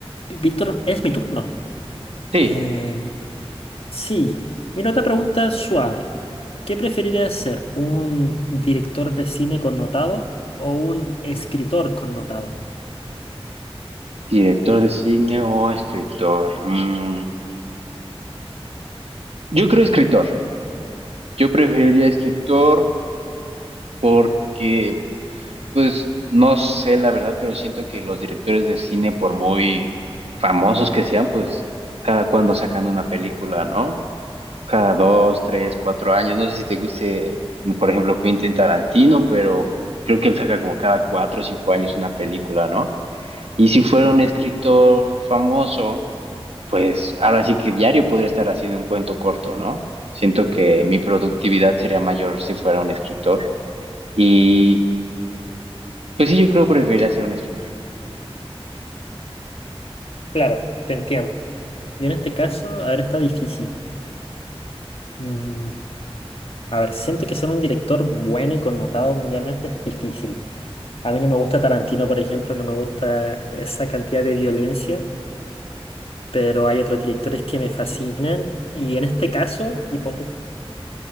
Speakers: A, on the left; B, on the right.
A: Víctor, es mi turno.
B: Sí,
A: Eh, Sí, mira otra pregunta suave. ¿Qué preferirías ser, un director de cine connotado o un escritor connotado?
B: director de cine o escritor. mm, yo creo escritor. Yo preferiría escritor porque, pues, no sé la verdad, pero siento que los directores de cine, por muy famosos que sean, pues, cada cuando sacan una película, ¿no? Cada dos, tres, cuatro años. No sé si te guste, por ejemplo, Quentin Tarantino, pero creo que él saca como cada cuatro o cinco años una película, ¿no? Y si fuera un escritor famoso, pues ahora sí que diario podría estar haciendo un cuento corto, ¿no? Siento que mi productividad sería mayor si fuera un escritor. Y pues sí, yo creo que preferiría ser un escritor.
A: Claro, te entiendo. Yo en este caso, a ver, está difícil. Mm, a ver, siento que ser un director bueno y connotado mundialmente es difícil. A mí no me gusta Tarantino, por ejemplo, no me gusta esa cantidad de violencia, pero hay otros directores que me fascinan y en este caso, hipotético,